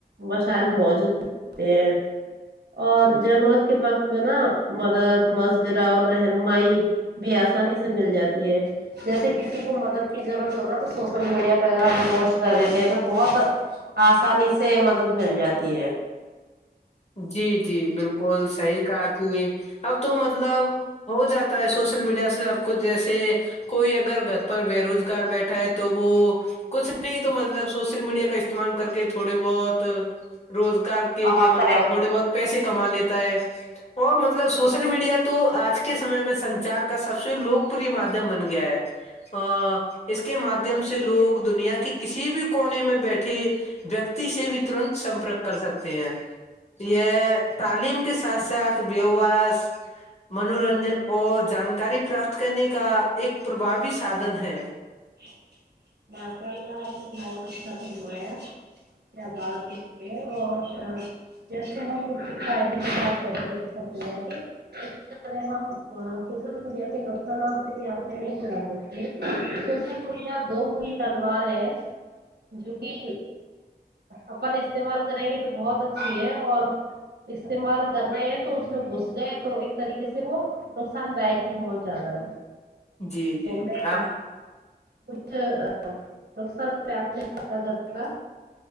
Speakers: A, on the right (about 75°); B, on the left (about 40°).
A: مشائل موجود ہوتے ہیں اور ضرورت کے وقت میں نا مدد مشورہ اور رہنمائی بھی آسانی سے مل جاتی ہے جیسے کسی کو مدد کی ضرورت ہو نا تو سوشل میڈیا پہ اگر ہمیں پوسٹ کر دیتے ہیں تو بہت آسانی سے مدد مل جاتی ہے
B: جی جی بالکل صحیح کہا کہ اب تو مطلب ہو جاتا ہے سوشل میڈیا سے سب کچھ جیسے کوئی اگرگھر پر بے روزگار بیٹھا ہے تو وہ کچھ نہیں تو مطلب سوشل میڈیا کا استعمال کر کے تھوڑے بہت روزگار کے
A: آواز
B: لیے مطلب
A: کا رہے
B: تھوڑے بہت پیسے کما لیتا ہے اور مطلب سوشل میڈیا تو آج کے سمے میں سنچار کا سب سے لوکپ مادھیم بن گیا ہے ا اس کے مادھیم سے لوگ دنیا کی کسی بھی کونے میں بیٹھے ویکتی سے بھی ترنت سمپرک کر سکتے ہیں جیہ تعلیم کے ساتھ ساتھ بیس منورنجن اور جانکاری پراپت کرنے کا ایک پرباوی سادن ہے
A: جی مارسال میں آپ نے بہت اچھا گنمایا کیا بات ہے اور جس دن ہم ک فائدے کی بات کرتے اس سب دیا کہ ہم سوشل میڈیا کے نقصانات سے بھی آپ نہیں گا دیتے د ہوولیا دو ہوئی تلوار ہے جو کی اپن استعمال کریں گے تو بہت اچھی ہے اور استعمال کر رہے ہیں تو اس میں گھس گئے تو ایک طریقے سے وہ نقصان دائک ہی بہت زیادہ ہے
B: جی جی
A: تو میں
B: آپ
A: کچھ نقصان داںک زیادہ گھر کا